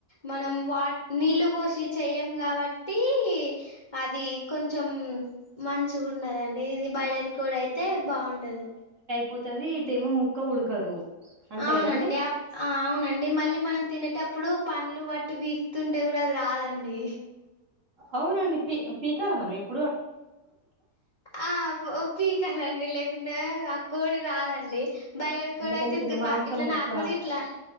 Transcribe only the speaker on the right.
పోతది ఇట్ ఏమో ముక్క ఉడకదు. అంతే
కదండి
అవునండి పీ పీకాల మనం ఇప్
అంటే
దానికి ఉన్న
మాంసం
ముక్క